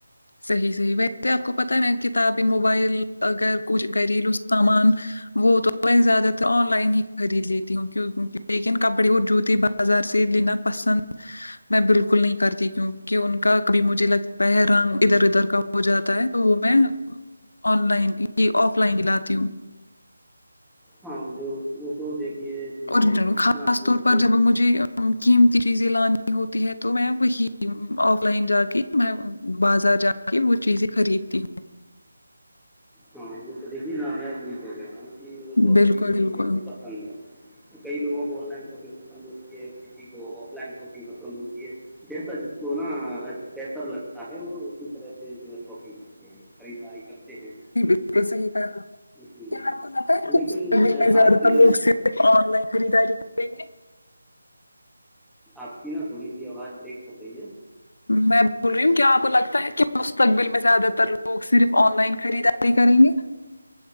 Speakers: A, on the left; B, in the centre.
A: صحی صحی بائی کہ آپ کو پت ہے میں کتابی موبائل اگر کچھ گھریلو سامان وہ تو میں زیادہ تر آن لائن ہی خرید لیتی ہوں کیوںہ لیکن کپڑے اور جوتے ب بازار سے لینا پسند میں بالکل نہیں کرتی کیوںکہ ان کا کبھی مجھے لگ برگ ادھر ادھر کا ہو جاتا ہے تو وہ میں آن لائن یہ آف لائن د لاتی ہوں
B: ہاں ادوگ وہ تو دیکھیے جو
A: اور
B: ویکتی
A: خاص
B: کی نا اپنی
A: طور
B: اپنی
A: پر جب مجھے قیمتی چیزیں لانی ہوتی ہے تو میں وہی آف لائن جا کے میں بازار جا کہ وہ چیزیں خریدتی
B: ہاں وہ تو دیکھیے نام ہے ب
A: ہوں
B: وہ تو اپنی
A: بالکل
B: اپنی
A: بالکل
B: جو ہے پسند ہے کئی لووں کو آن لائن شاپنگ پسند ہوتی ہے کسی کو آف لائن شاپنگ پسند ہوتی ہے جیسا جس کو نا بہتر لگتا ہے وہ اسی طرح سے جو ہے شاپنگ کرتے ہیں خریداری کرتے ہیں
A: س کہا آپ نے
B: جی
A: کیا آپ کو لتا ہے کہ
B: لیکن
A: مستقبل
B: اے،
A: میں زیادہ
B: آج کے
A: تر لوگ سے صرف آن لائن خریداری کریں گے
B: آپ کی نا تھوڑی سی آواز بریک کر رہی ہے
A: میں بول رہی ہوں کیا آپ کو لگتا ہے کیا مستقبل میں زیادہ تر لوگ صرف آن لائن خریداری کریں گے